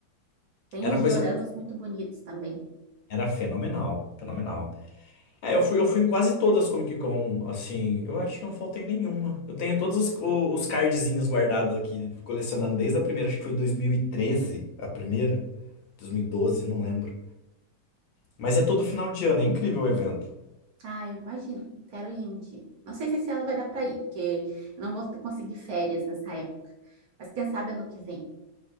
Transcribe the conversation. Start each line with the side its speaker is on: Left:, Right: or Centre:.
Right: Tem
Left: Era
Right: uns
Left: coisa.
Right: dioramas muito bonitos também.
Left: Era fenomenal. Fenomenal. É, eu fui, eu fui em quase todas as Comic Con, assim. Eu acho que eu não faltei nenhuma. Eu tenho todos os, o- os cardzinhos guardados aqui, colecionando desde a primeira. Acho que foi 2013, a primeira. dois mil e doze, não lembro. Mas é todo final de ano, é incrível o evento.
Right: Ah, eu imagino, quero ir um dia. Não sei se esse ano vai dar para ir, porque eu não vou ter- conseguir férias nessa época. Mas quem sabe ano que vem.